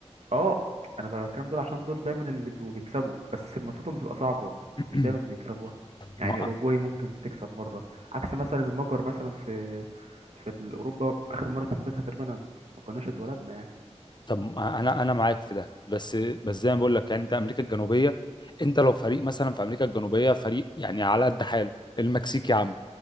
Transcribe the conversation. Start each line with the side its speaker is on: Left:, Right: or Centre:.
Right: اه انا بتكلم دول عشان دول دايما اللي بيبقوا بيكسبوا بس ماتشاتهم بتبقى صعبه
Left: <clears throat>
Right: مش دايما بيكسبوها يعني
Left: ما
Right: اوروجواي ممكن تكسب مره عكس مثلا المجر مثلا في في اوروبا اخر مره كسبتها تقريبا ما كناش اتولدنا يعني
Left: طب ما انا انا معاك في ده بس بس زي ما بقول لك يعني انت امريكا الجنوبيه انت لو فريق مثلا في امريكا الجنوبيه فريق يعني على قد حاله المكسيك يا عم